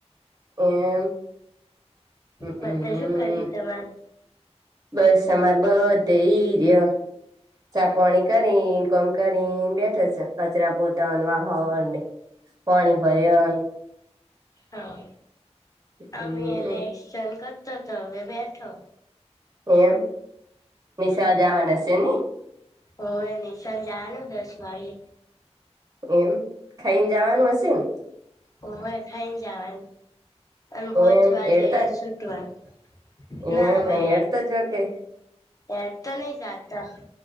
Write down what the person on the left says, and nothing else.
બધાય શું કરિહી તમાર
હા
અમે એલે એક્સન કરતો તો હવે બેઠો.
હોવે નિશાલ જાવાનું દસ વાગે.
હોવે ખઈન જાવાન અને પોચ
વાજે
છૂટવાન.
ના અમે
હેડતા નહી જાતા